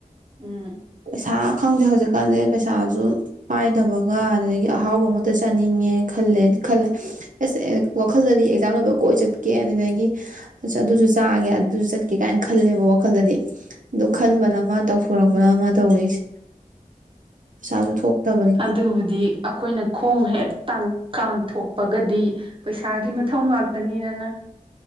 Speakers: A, on the right; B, on the right.
A: ꯎꯝ
B: ꯁꯥ ꯈꯪꯗꯦ ꯍꯧꯖꯤꯛꯀꯥꯟꯁꯦ ꯄꯩꯁꯥꯁꯨ ꯄꯥꯏꯗꯕꯒ ꯑꯗꯨꯗꯒꯤ ꯑꯍꯥꯎꯕ ꯑꯃꯇ ꯆꯥꯅꯤꯡꯉꯦ ꯈꯜꯂꯦ ꯈꯜꯂꯦ ꯑꯦꯁ ꯑꯦ ꯋꯥꯈꯜꯗꯗꯤ ꯑꯦꯛꯖꯥꯝ ꯂꯣꯏꯕ ꯀꯣꯏ ꯆꯠꯀꯦ ꯑꯗꯨꯗꯒꯤ ꯑꯁ ꯑꯗꯨꯁꯨ ꯆꯥꯒꯦ ꯑꯗꯨꯁꯨ ꯆꯠꯀꯦ ꯀꯥꯏꯅ ꯈꯜꯂꯦꯕ ꯋꯥꯈꯜꯗꯗꯤ ꯑꯗꯨ
A: ꯎꯝ
B: ꯈꯟꯕꯅ ꯃꯥ ꯇꯧ ꯄꯔꯣꯄ꯭ꯔꯥ ꯑꯃ ꯇꯧꯔꯤꯁꯦ ꯄꯩꯁꯥꯁꯨ ꯊꯣꯛꯇꯕꯅꯤꯅ
A: ꯑꯗꯨꯕꯨꯗꯤ ꯑꯩꯈꯣꯏꯅ ꯈꯣꯡ ꯍꯦꯛ ꯇꯪꯀꯥꯟ ꯊꯣꯛꯄꯒꯗꯤ ꯄꯩꯁꯥꯒꯤ ꯃꯊꯧ ꯉꯥꯛꯇ ꯇꯅꯤꯔꯅ